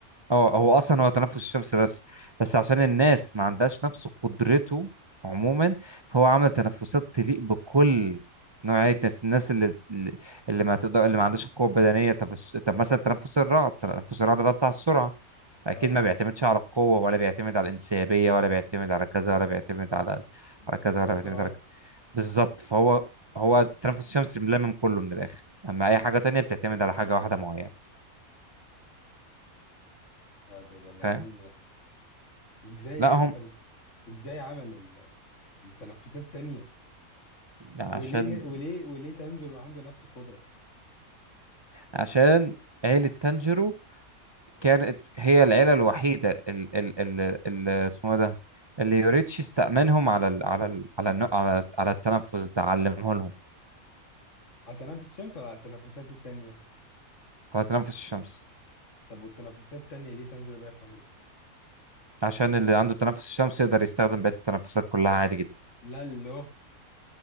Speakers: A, on the right (about 35°); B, on the left (about 55°).
A: اه هو اصلا هو تنفس الشمس بس بس عشان الناس ما عندهاش نفس قدرته عموما فهو عمل تنفسات تليق بكل نوعية الناس الناس اللي اللي ما تقدر اللي ما عندهاش القوة البدنية طب الس- طب مثلا تنفس الرعد تنفس الرعد ده بتاع السرعة أكيد
B: اه
A: ما بيعتمدش على القوة ولا بيعتمد على الانسيابية ولا بيعتمد على كذا ولا بيعتمد على
B: بيعتمد
A: على كذا
B: على
A: ولا
B: السرعة
A: بيعتمد على
B: بس
A: كذا بالظبط فهو هو التنفس الشمس ملمم كله من الآخر أما أي حاجة تانية بتعتمد على حاجة واحدة معينة
B: آه ده ده مجنون
A: فاهم
B: يا اسطى ازاي
A: لا
B: يعني
A: هم
B: طب ازاي عمل ال- التنفسات التانية
A: عشان
B: وليه ن- وليه وليه تانجيرو عنده نفس القدرة
A: عشان عيلة تانجيرو كانت هي العيلة الوحيدة ال ال ال ال اسمه ده اللي يوريتشي استأمنهم على ال على ال على الن- على على التنفس ده علمه لهم
B: على تنفس الشمس ولا على التنفسات التانية
A: على تنفس الشمس
B: طب والتنفسات التانية ليه تانجيرو بيعرف يعملها
A: عشان اللي عنده تنفس الشمس يقدر يستخدم بقية التنفسات كلها عادي جدا
B: لا له